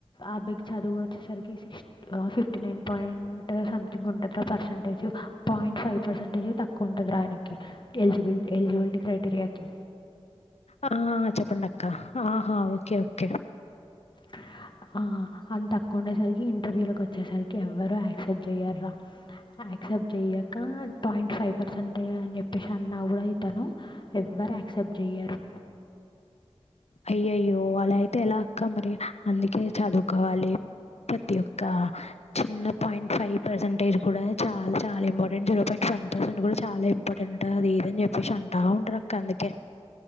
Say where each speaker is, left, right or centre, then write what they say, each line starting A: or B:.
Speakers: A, on the left; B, on the left.
A: అబ్బాయికి చదువు వచ్చేసరికి six fifty nine point something ఉంటుందరా పర్సంటేజ్ పాయింట్ ఫైవ్ పర్సంటేజ్ తక్కువ ఉంటుంది రా ఆయనకి ఒకే ఎలిజిబుల్ క్రైటీరియా కి
B: ఆ చెప్పండి అక్క ఆహా ఓకే ఓకే
A: ఈ అంత తక్కువ ఉండేసరికి ఇంటర్వ్యూలోకి వచ్చేసరికి ఎవ్వరు యాక్సెప్ట్ చేయ్యరు రా యాక్సెప్ట్ చేయక పాయింట్ ఫైవ్ పర్సెంట్ అని చెప్పేసి అన్నాడు రా ఇతను ఎవ్వరు యాక్సెప్ట్ చెయ్యరు
B: అయ్యో అయ్యో అలా అయితే ఎలా అక్క మరి అందుకే చదువుకోవాలి ప్రతి ఒక్క చిన్న పాయింట్ ఫైవ్ పర్సెంటేజ్ కూడా చాలా చాలా important zero point one percent కూడా చాలా ఇంపార్టెంట్ అది ఇదని చెప్పేసి అంటా ఉంటారు అక్క అందుకే